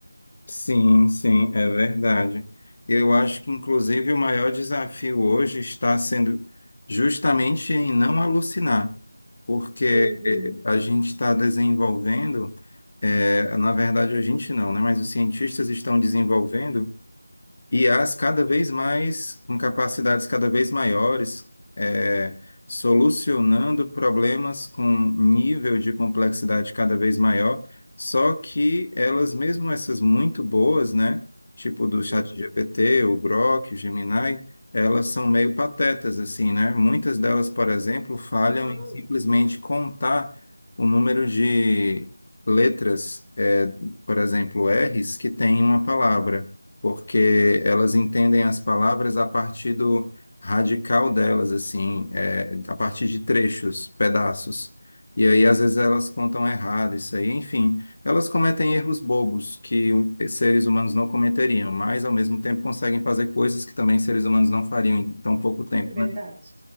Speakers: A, on the left; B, in the centre.
A: Sim, sim, é verdade. Eu acho que, inclusive, o maior desafio hoje está sendo justamente em não alucinar, porque
B: Uhum,
A: eh, a gente está desenvolvendo, eh, na verdade, a gente não, né? Mas os cientistas estão desenvolvendo. I as cada vez mais, com capacidades cada vez maiores, é, solucionando problemas com nível de complexidade cada vez maior, só que elas, mesmo essas muito boas, né, tipo do ChatGPT,
B: uhum.
A: o Grok, o Gemini, elas são meio patetas, assim, né? Muitas delas, por exemplo, falham
B: Não.
A: em simplesmente contar o número de letras, é, por exemplo, R's que tem em uma palavra porque elas entendem as palavras a partir do radical delas, assim, é, a partir de trechos, pedaços. E aí, às vezes, elas contam errado isso aí. Enfim, elas cometem erros bobos que o- seres
B: <laughs>
A: humanos não cometeriam, mas, ao mesmo tempo, conseguem fazer coisas que também seres humanos não fariam em tão pouco tempo,
B: É
A: né?
B: verdade,